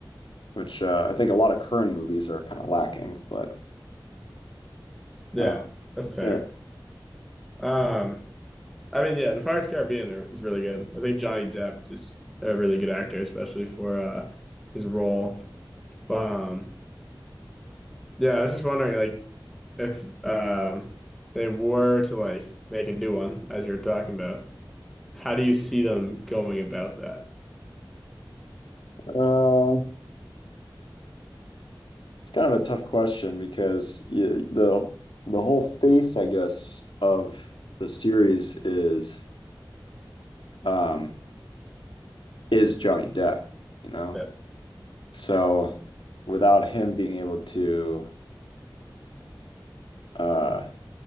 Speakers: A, on the left; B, in the centre.
A: which uh, I think a lot of current movies are kind of lacking. But
B: Yeah,
A: uh,
B: that's fair.
A: yeah,
B: Um, I mean, yeah, The Pirates of the Caribbean are- is really good. I think Johnny Depp is a really good actor, especially for uh his role. But um, yeah, I was just wondering, like, if um, they were to like make a new one, as you are talking about, how do you see them going about that?
A: uh, it's kind of a tough question because y the the whole face, I guess, of the series is um, is Johnny Depp, you know?
B: Yeah,
A: So without him being able to uh,